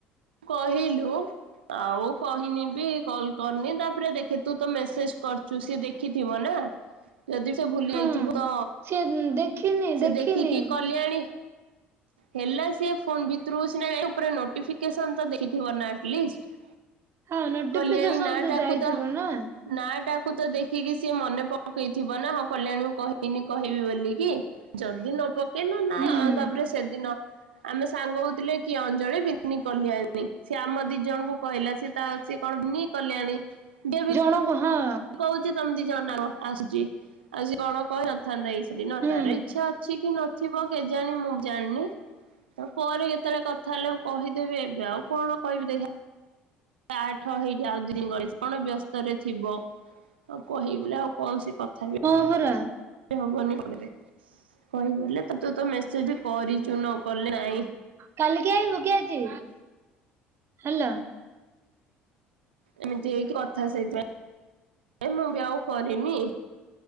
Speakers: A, on the right; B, on the right.
A: କହିଲୁ। ଆଉ କହିନି ବି କଲ୍ କରିନି ତାପରେ ଦେଖେ ତୁ ତ ମେସେଜ କରୁଛୁ ସିଏ ଦେଖ ଦେଖିଥିବ ନା ଯଦି ସେ ଭୁଲି
B: ହଁ।
A: ଯାଇଥିବ ତ
B: ସିଏ ଦେଖିନି
A: ସେ
B: ଦେଖିନି
A: ଦେଖିକି କଲ୍ୟାଣୀ ହେଲା ସିଏ ଫୋନ ଭିତରୁ ସିନା ଉପରେ ନୋଟିଫି କେଶନ ତ ଦେଖଥିବ ନା ଆଟଲିଷ୍ଟ।
B: ହଁ ନୋଟିଫିକେସନ
A: କଲ୍ୟାଣୀ ନା
B: ତ
A: ଟାକୁ
B: ଯାଇଥିବ ନା?
A: ନା ଟାକୁ ତ ଦେଖିକି ସିଏ ମନେ ପକେଇଥିବ ନା ହଁ କଲ୍ୟାଣୀ କହିନି କହିବି ବୋଲିକି? ଯଦି ନ ପକେଇଲା ନା
B: ହୁଁ
A: ଆଉ ତାପରେ ସେଦିନ ଆମେ ସାଙ୍ଗ ହଉଥିଲେ କି ଅଞ୍ଜଳି କଲଣୀ ସେ ଆମ ଦି ଜଣଙ୍କୁ କହିଲା ସ ତା ସ କଣି କଲ୍ୟାଣୀ ବି
B: ଜଣ କ ହଁ।
A: କହୁଛି ତମି ଦି ଜଣ ଆସୁଛି ଆଉ କଣ କହିଲନ୍ତି। ଥ ସେଦିନ
B: ହୁଁ
A: ତାର ଇଚ୍ଛା ଅଛି କି ନଥିବ କେଜାଣି ମୁଁ ଜାଣିନି। ତା ପରେ କେତେବେଳେ କଥା ହେଲେ ମୁଁ କହିଦେବି ଏବେ ଆଉ କଣ କହିବି ଦେଖା ଆଠ ହେଇଲା ଆଉ ଦୁନି ଗଣେଶ କଣ ବ୍ୟସ୍ତ ରେ ଥିବ। ଆଉ କହିବ ବୋଲି ଆଉ କଣ ସେ କଥା ବି
B: ହଁ ଭରା
A: ହବନି କହିଲେ। କହିବଲେ ତୁ ତ ମେସେଜ କରିଚୁ ନ କଲେ ନାଇଁ।
B: କାଲି କି ଆଇବ କିି ଆଜି? ହାଲୋ।
A: ଏମିତି ହେଇ କଥା ସେଇଥିପାଇଁ। ଏ ମୁଁ ବି ଆଉ କରିନି।